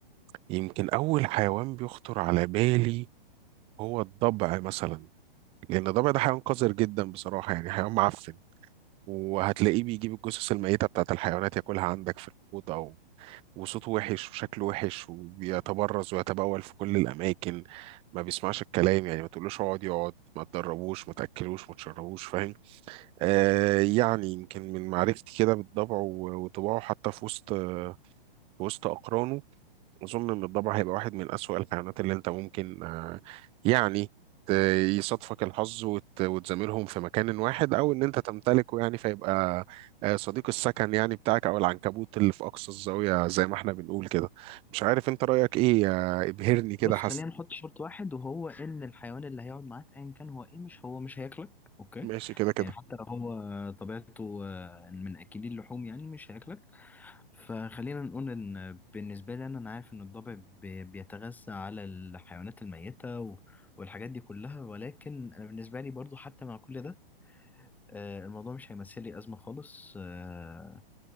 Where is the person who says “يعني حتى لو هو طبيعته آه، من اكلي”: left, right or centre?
Centre